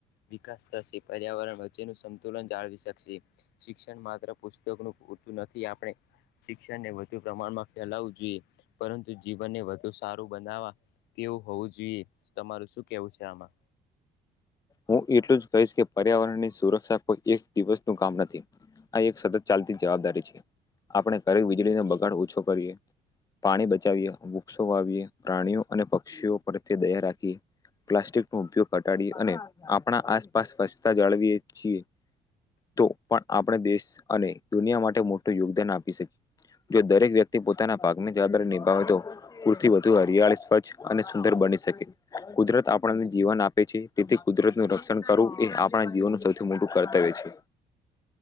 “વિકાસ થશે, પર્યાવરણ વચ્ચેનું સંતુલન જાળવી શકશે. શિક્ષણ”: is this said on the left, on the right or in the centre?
Left